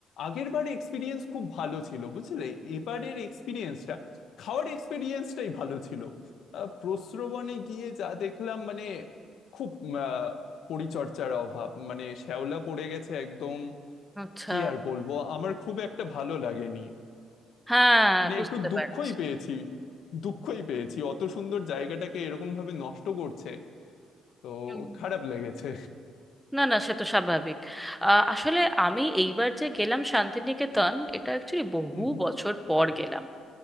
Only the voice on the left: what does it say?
আগের বার এক্সপিরিয়েন্স খুব ভালো ছিল বুঝলে এবারের এক্সপিরিয়েন্সটা খাওয়ার এক্সপিরিয়েন্সটাই ভালো ছিল আহ, প্রস্রবণে গিয়ে যা দেখলাম মানে খুব আহ, পরিচর্যার অভাব মানে শ্যাওলা পড়ে গেছে একদম
কি আর বলবো আমার খুব একটা ভালো লাগেনি
মানে
একটু দুঃখই
পেয়েছি দুঃখই পেয়েছি অত সুন্দর জায়গাটাকে এরকম ভাবে নষ্ট করছে তো
খারাপ লেগেছে
হুম হুম